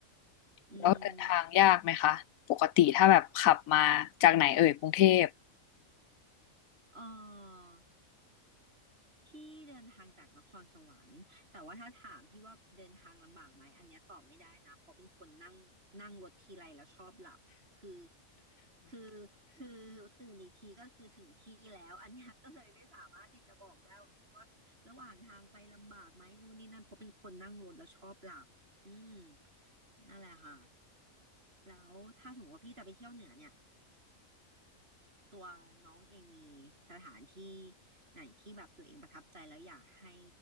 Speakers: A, on the right; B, on the left.
A: อืม
B: แล้วเดินทางยากไหมคะปกติถ้าแบบขับมาจากไหนเอ่ยกรุงเทพ
A: เออ พี่เดินทางจากนครสวรรค์แต่ว่าถ้าถามพี่ว่าเดินทางลำบากไหมอันเนี้ยตอบไม่ได้นะเพราะเป็นคนนั่งนั่งรถทีไรแล้วชอบหลับคือคือคือตื่นอีกทีก็คือถึงที่แล้วอันเนี้ยก็เลยไม่สามารถที่จะบอกได้ว่าระหว่างทางไปลำบากไหมนู่นนี่นั่นเพราะเป็นคนนั่งรถแล้วชอบหลับอืมนั่นแหละค่ะแล้วถ้าสมมติว่าพี่จะไปเที่ยวเหนือเนี่ย ตัวน้องเองมีสถานที่ไหนที่แบบตัวเองประทับใจแล้วอยากให้